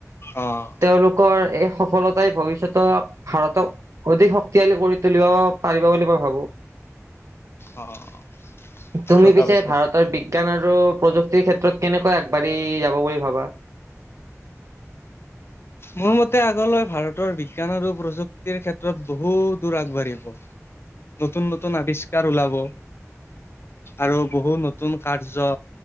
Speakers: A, on the left; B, on the right.
A: অ',
B: তেওঁলোকৰ এ সফলতাই ভৱিষ্যতক ভাৰতক অধিক শক্তিশালী কৰি তুলিব পাৰিব বুলি মই ভাবো
A: অ' ঠিক
B: তুমি
A: কথা
B: পিছে
A: কৈছা।
B: ভাৰতৰ বি শান আৰু প্ৰযুক্তিৰ ক্ষেত্ৰত কেনেকৈ আগবাঢ়ি যাব বুলি ভাবা
A: মোৰ মতে আগলৈ ভাৰতৰ বিজ্ঞান আৰু প্ৰযুক্তিৰ ক্ষেত্ৰত বহু দূৰ আগবাঢ়িব নতুন নতুন আৱিষ্কাৰ ওলাব আৰু বহু নতুন কাৰ্য্য